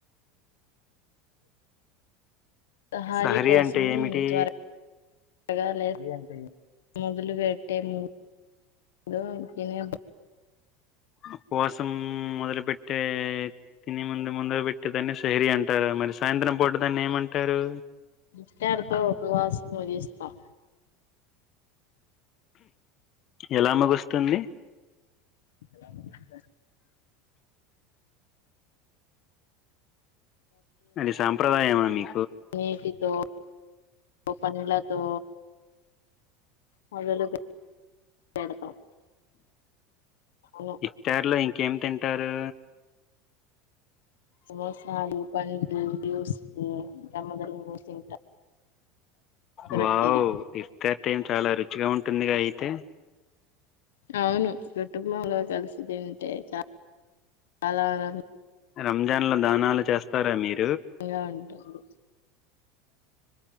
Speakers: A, on the left; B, on the left.
A: తహారీ
B: సహరీ
A: కోసం
B: అంటే ఏమిటి
A: త్వర గా లేస్ మొదలు పెట్టే ముం దు తినే
B: ఉపవాసం మొదలుపెట్టే తినే ముందు ముందుర పెట్టేదాన్ని సెహరి అంటారా, మరి సాయంత్రం పూటదాన్ని ఏమంటారు.
A: ఇఫ్తార్తో ఉపవాసం ముగిస్తాం.
B: ఎలా ముగుస్తుంది
A: ఎలా ముగిస్తార్
B: అది సాంప్రదాయమా మీ
A: ఏటిదో ఓ పంలతో మొదలగు <unintelligible> అవును,
B: ఇఫ్తార్లో ఇంకేమి తింటారు
A: సమోసాలు పండ్లు జ్యూసులు ఇంగ మొదలగు తింటాం
B: వావ్
A: రొట్టెలు
B: ఇఫ్తార్ టైం చాలా రుచిగా ఉంటుందిగా అయితే
A: అవును కుటుంబంలో కలిసి తింటే చ అలా గాదు
B: రంజాన్ లో దానాలు చేస్తారా మీరు
A: ఇగా ఉంటుంది